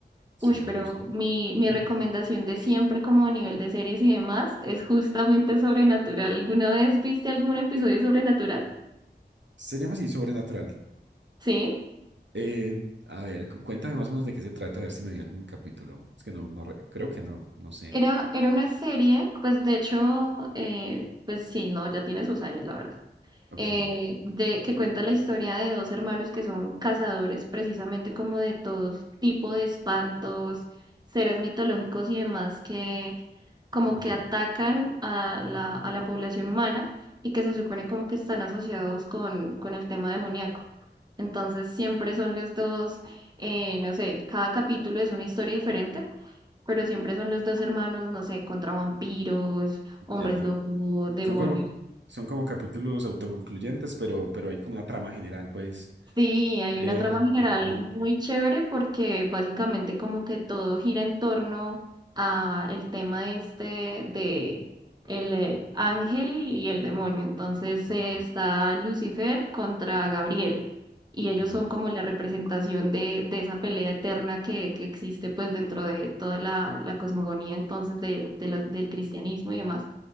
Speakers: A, on the right; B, on the right.
A: Sí,
B: Uy,
A: me
B: pero
A: gusta.
B: mi, mi
A: <laughs>
B: recomendación de siempre como a nivel de series y demás es justamente sobrenatural. ¿Alguna vez viste algún episodio de sobrenatural?
A: Se llama así, Sobrenatural.
B: Sí,
A: Eh, a ver, cu- cuéntame más o menos de qué se trata, a ver si me vi algún capítulo. Es que no, no, re- creo que no, no sé.
B: era, era una serie, pues de hecho, eh, pues sí, no, ya tiene sus años, la verdad.
A: Ok,
B: eh, de, que cuenta la historia de dos hermanos que son cazadores precisamente como de todo tipo de espantos, seres mitológicos y demás que como
A: wow.
B: que atacan a la, a la población humana y que se supone como que están asociados con, con el tema demoníaco. Entonces siempre son los dos, eh, no sé, cada capítulo es una historia diferente pero siempre son los dos hermanos, no sé, contra vampiros, hombres
A: Ya.
B: lobo, demonios.
A: Son como, son como capítulos autoconcluyentes, pero, pero hay como una trama general, pues.
B: Sí, hay
A: De...
B: una trama general
A: ah, Ok,
B: muy chévere porque básicamente como que todo gira en torno a el tema este de el eh, ángel y el demonio. Entonces
A: ok,
B: eh, está Lucifer contra Gabriel y ellos
A: guau.
B: son como la representación de, de esa pelea eterna que, que existe pues dentro de toda la, la cosmogonía entonces de, de lo- del cristianismo y demás.